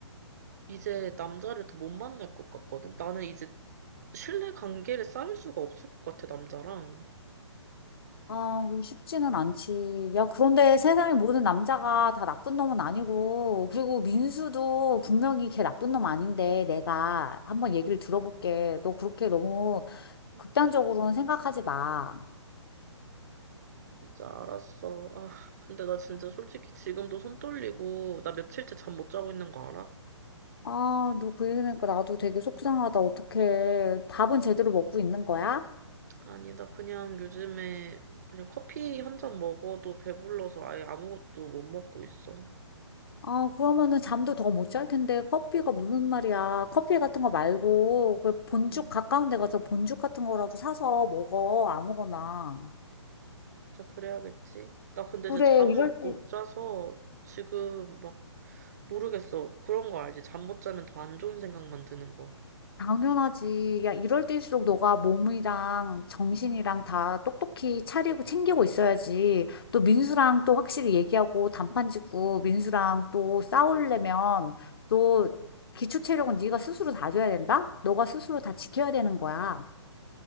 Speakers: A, on the right; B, on the left.
A: 이제 남자를 더 못 만날 것 같거든. 나는 이제 신뢰 관계를 쌓을 수가 없을 것 같아, 남자랑.
B: 아, 그거 쉽지는 않지. 야, 그런데 세상의 모든 남자가 다 나쁜 놈은 아니고, 그리고 민수도 분명히 걔 나쁜 놈 아닌데, 내가 한번 얘기를 들어볼게. 너 그렇게 너무
A: 음.
B: 극단적으로는 생각하지 마.
A: 진짜 알았어. 아, 근데 나 진짜 솔직히 지금도 손 떨리고, 나 며칠째 잠 못 자고 있는 거 알아?
B: 아, 너 그 얘기하니까 나도 되게 속상하다. 어떡해. 밥은 제대로 먹고 있는 거야?
A: 아니, 나 그냥 요즘에 그냥 커피 한 잔 먹어도 배불러서 아예 아무것도 못 먹고 있어.
B: 아, 그러면은 잠도 더 못 잘 텐데 커피가 무슨 말이야. 커피 같은 거 말고 그 본죽
A: 음.
B: 가까운 데 가서 본죽 같은 거라도 사서 먹어. 아무거나.
A: 자, 그래야겠지. 나 근데
B: 그래,
A: 이제 잠을
B: 이럴 때
A: 못 자서 지금 막 모르겠어. 그런 거 알지? 잠 못 자면 더 안 좋은 생각만 드는 거.
B: 당연하지. 야, 이럴 때일수록 너가 몸이랑 정신이랑 다 똑똑히 차리고 챙기고 있어야지. 또 민수랑 또 확실히 얘기하고 단판 짓고 민수랑 또 싸우려면 또 기초 체력은 네가 스스로 다져야 된다? 너가 스스로 다 지켜야 되는 거야.